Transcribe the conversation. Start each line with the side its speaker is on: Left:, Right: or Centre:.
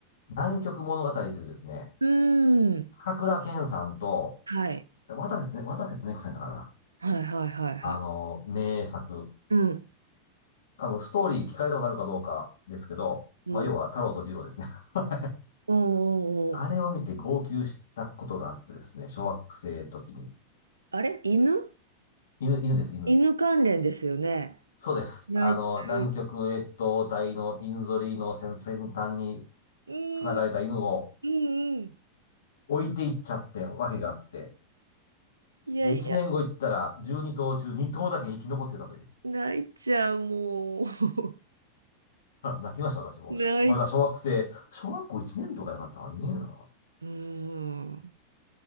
Left: 南極物語というですね、
Right: うん。
Left: 高倉健さんと、
Right: はい。
Left: 渡瀬つね、渡瀬恒子さんだったかな。
Right: はいはいはいはい。
Left: あの、名作。
Right: うん。
Left: 多分ストーリー聞かれたことあるかどうかですけど、
Right: うん、
Left: まあ要は太郎と二郎ですね。<laughs>
Right: うんうんうん。
Left: あれを見て号泣したことがあってですね、小学生の時に。
Right: あれ犬
Left: 犬、犬です、犬。
Right: 犬関連ですよね。
Left: そうです。
Right: 泣いてる。
Left: あの、南極越冬隊の犬ぞりの先、先端に
Right: うん、
Left: 繋がれた犬を
Right: うんうん。
Left: 置いていっちゃってわけがあって。
Right: いやいや、
Left: で、1年後行ったら12頭中2頭だけ生き残ってたという。
Right: 泣いちゃう、もう。<laughs>
Left: あ泣きました、私も。
Right: 泣い、
Left: しまだ小学生、小学校1年とかじゃなかったかな、年だかな
Right: うん。